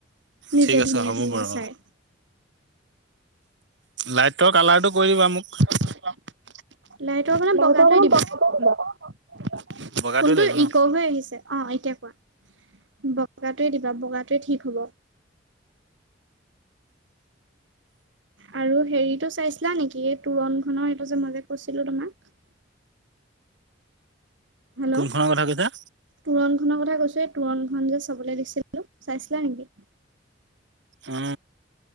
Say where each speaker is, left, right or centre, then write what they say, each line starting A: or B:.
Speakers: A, on the right; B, on the right.
A: নিজে
B: ঠিক আছে
A: ধুনীয়া
B: হ'ব
A: ধুনীয়া
B: বাৰু
A: চাই।
B: অ লাইটৰ কালাৰটো কৈ দিবা মোক। <unintelligible>
A: লাইটৰ মানে বগাটোৱে দিবা
B: বগাটোৱে
A: ফোনটো
B: লাগিব ন
A: ইক' হৈ আহিছে। অ' এতিয়া কোৱা, বগাটোৱে দিবা, বগাটোৱে ঠিক হ'ব। আৰু হেৰিটো চাইছিলা নেকি এই তোৰণখনৰ এইটো যে মই যে কৈছিলো তোমাক। হেল্ল'
B: কোনখনৰ কথা কৈছা?
A: তোৰণখনৰ কথা কৈছোঁ। এই তোৰণখন যে চাবলৈ দিছিলোঁ চাইছিলা নেকি?
B: উ,